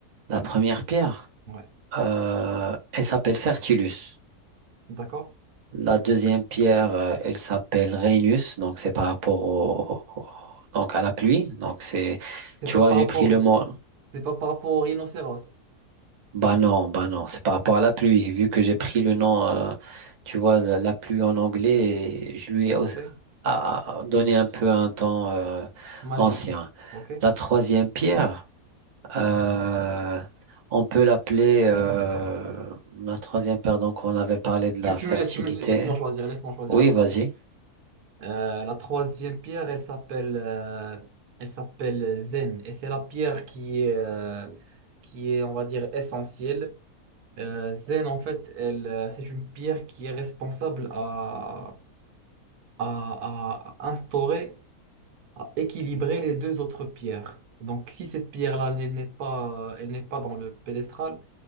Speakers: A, on the right; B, on the right.
A: La première pierre,
B: Ouais,
A: euh, elle s'appelle Fertilus.
B: d'accord.
A: La deuxième pierre, euh, elle s'appelle Rhenus, donc c'est par rapport au, au- donc à la pluie. Donc c'est,
B: C'est
A: tu
B: pas
A: vois,
B: par
A: j'ai
B: rapport,
A: pris le mot,
B: c'est pas par rapport au rhinocéros,
A: Bah non, bah non, c'est par rapport à la pluie. Vu que j'ai pris le nom, euh, tu vois, la, la pluie en anglais, et je lui ai
B: ok?
A: aussi- a- a donné un peu un temps euh,
B: Magique,
A: ancien.
B: ok?
A: La troisième pierre, euh, on peut l'appeler euh, la troisième pierre, donc on avait parlé de la
B: Tu, tu
A: fertilité.
B: me laisses, tu me, laisse-moi choisir, laisse-moi choisir
A: Oui,
B: la trace.
A: vas-y.
B: Euh, la troisième pierre, elle s'appelle euh, elle s'appelle Zen. Et c'est la pierre qui est, euh, qui est, on va dire, essentielle. Euh, Zen, en fait, elle, euh, c'est une pierre qui est responsable à, à, à instaurer, à équilibrer les deux autres pierres. Donc, si cette pierre-là, elle n'est pas, elle n'est pas dans le pédestral,